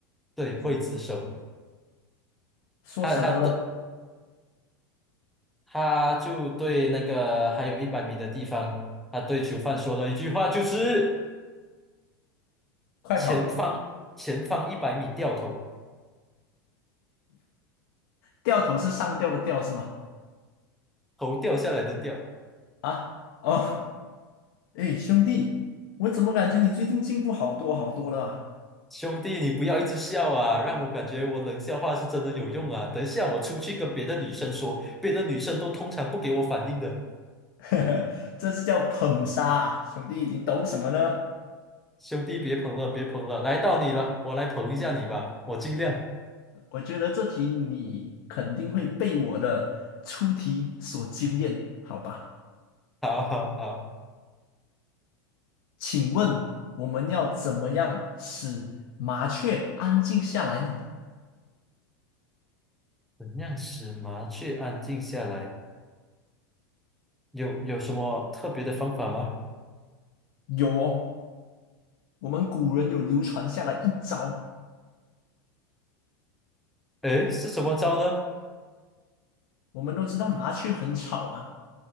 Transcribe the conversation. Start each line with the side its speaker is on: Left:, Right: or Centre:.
Centre: 对，刽子手。
Left: 说什么了？
Centre: 他他对他就对那个还有一百米的地方，他对囚犯说了一句话，就是
Left: 快跑！
Centre: 前方前方一百米掉头，
Left: 掉头是上吊的吊是吧？
Centre: 头掉下来的掉。
Left: 啊，哦，哎，兄弟，我怎么感觉你最近进步好多好多了啊？
Centre: 兄弟，你不要一直笑啊，让我感觉我冷笑话是真的有用啊。等一下我出去跟别的女生说，别的女生都通常不给我反应的。
Left: <laughs> 这是叫捧杀啊，兄弟，你懂什么呢？
Centre: 兄弟，别捧了，别捧了，来到你了，我来捧一下你吧，我尽量。
Left: 我觉得这题你肯定会被我的出题所惊艳，好吧？
Centre: 好好好，
Left: 请问我们要怎么样使麻雀安静下来呢？
Centre: 怎样使麻雀安静下来？有有什么特别的方法吗？
Left: 有哦，我们古人有流传下来一招。
Centre: 诶，是怎么着呢？
Left: 我们都知道麻雀很吵嘛，